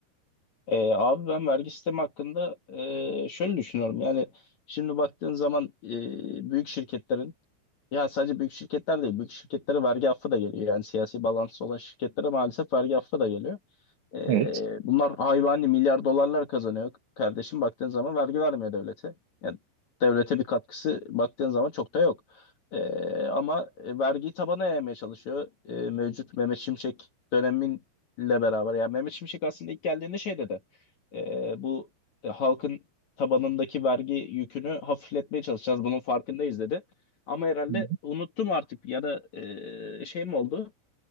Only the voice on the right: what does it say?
Evet.
Hı hı.